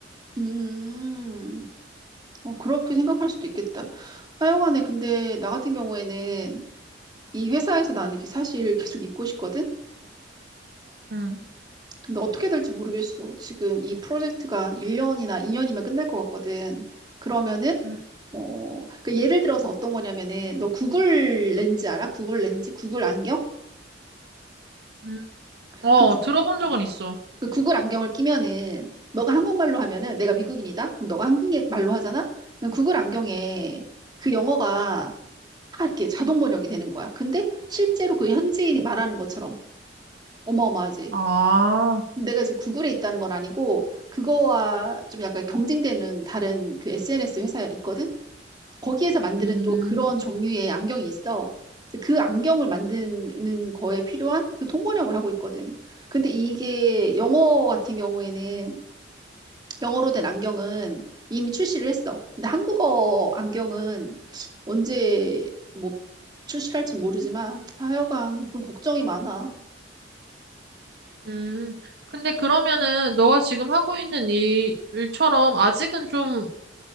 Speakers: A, on the right (about 25°); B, on the right (about 60°).
A: 음, 어, 그렇게 생각할 수도 있겠다. 하여간에 근데 나 같은 경우에는 이 회사에서 나는 이게 사실 계속 있고 싶거든?
B: 음,
A: 근데 어떻게 될지 모르겠어. 지금 이 프로젝트가 1년이나 2년이면 끝날 것 같거든. 그러면은,
B: 음,
A: 어, 그 예를 들어서 어떤 거냐면은, 너 구글 렌즈 알아? 구글 렌즈? 구글 안경?
B: 음. 어,
A: 그, 구-
B: 들어본
A: 어,
B: 적은 있어.
A: 그 구글 안경을 끼면은, 너가 한국말로 하면은, 내가 미국인이다? 그럼 너가 한국말로 하잖아? 그럼 구글 안경에 그 영어가 다 이렇게 자동 번역이 되는 거야. 근데 실제로 그 현지인이 말하는 것처럼 어마어마하지.
B: 아,
A: 내가 지금 구글에 있다는 건 아니고 그거와 좀 약간 경쟁되는 다른 그 SNS 회사가 있거든. 거기에서 만드는
B: 음,
A: 또 그런 종류의 안경이 있어. 그래서 그 안경을 만드는 거에 필요한 그 통번역을 하고 있거든. 근데 이게 영어 같은 경우에는 영어로 된 안경은 이미 출시를 했어. 근데 한국어 안경은 언제 뭐 출시할지 모르지만 하여간 좀 걱정이 많아.
B: 음. 근데 그러면은 너가 지금 하고 있는 일, 일처럼 아직은 좀